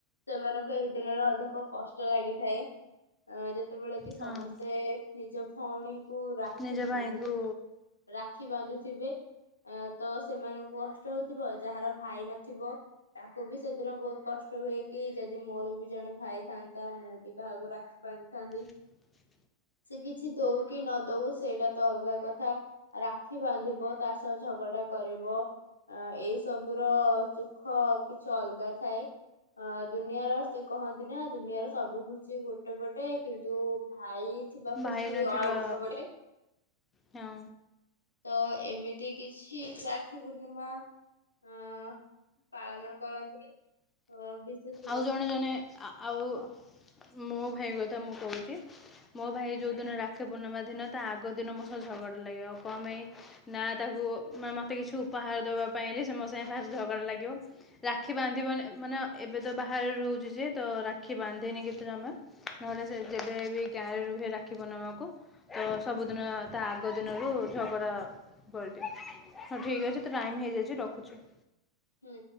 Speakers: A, on the left (about 80°); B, on the left (about 15°).
A: ସେମାନଙ୍କୁ ଏହି ଦିନରେ ଅଧିକ କଷ୍ଟ ଲାଗିଥାଏ। ଅ ଯେତେବେଳେ କି
B: ହଁ
A: ସମସ୍ତେ ନିଜ ଭଉଣୀଙ୍କୁ ରାକ୍ଷି
B: ନିଜ ଭାଇଙ୍କୁ
A: ନିଜ ରାକ୍ଷୀ ବାନ୍ଧୁଥିବେ ତ ସେମାନଙ୍କୁ କଷ୍ଟ ହଉଥିବ ଯାହାର ଭାଇ ନଥିବ ତାକୁ ବି ସେଦିନ ବହୁତ କଷ୍ଟ ହୁଏ କି ଯଦି ମୋର ବି ଜଣେ ଭାଇ ଥାନ୍ତା ମୁଁ ବି କାହାକୁ ରାଖି ବାନ୍ଦ ଥାନ୍ତି।
B: <inaudible>
A: ସେ କିଛି ଦଉ କି ନ ଦଉ ସେଇଟା ତ ଅଲଗା କ ଥା ରାକ୍ଷୀ ବାନ୍ଧିବ ତା ସହ ଝଗଡା କରିବ। ଆ ଏଇ ସବୁ ର ସୁଖ କିଛି ଅଲଗା ଥାଏ। ଅ ଦୁନିଆର ସେ କହନ୍ତି ନା ଦୁନିଆର ସବୁ ଖୁସି ଗୋଟେ ପଟେ କିନ୍ତୁ ଭାଇ ଥିବା ଖୁସି
B: ଭାଇ ନଥିବା
A: ଆଉ ଗୋଟେ ବେଳେ।
B: ହଁ।
A: ତ ଏମିତି କିଛି ରାକ୍ଷୀ ପୂର୍ଣ୍ଣିମା ଅ ପାଳନ କରନ୍ତି, ଅ ବିଶେଷ
B: ଆଉ ଜଣେ ଜଣେ ଆଉ ମୋ ଭାଇ
A: ହୁଁ
B: କଥା ମୁଁ କହୁ ଚି ମୋ ଭାଇ ଯୋଉ ଦିନ ରାକ୍ଷୀ ପୂର୍ଣ୍ଣିମା ଦିନ ତା ଆଗ ଦିନ ମୋ ସହ ଝଗଡା ଲାଗିବ କଁ ପାଇଁ ନା ତାକୁ ମତେ କିଛି ଉପହାର ଦେବା ପାଇଁ ସେ ମୋ ସାଙ୍ଗେ ଫାଷ୍ଟ ଝଗଡ଼ା ଲାଗିବ ରାକ୍ଷୀ ବାନ୍ଧିବନ ମାନେ ଏବେ ତ ବାହାରେ ରହୁଛି ଯେ ତ ରାକ୍ଷୀ ବାନ୍ଧିନି କେତେ ଟ ଆମେ ନହେଲେ ସେ ଯେବେ ବି ଗାଁ ରେ ରୁହେ ରାଖିବ ନମା କୁ ତ ସବୁଦିନ ତା ଆଗ ଦିନରୁ ଝଗଡା କରି ହଁ ଠିକ ଅଛି ଟାଇମ ହେଇଯାଇଛି ରଖୁଛି
A: ହୁଁ।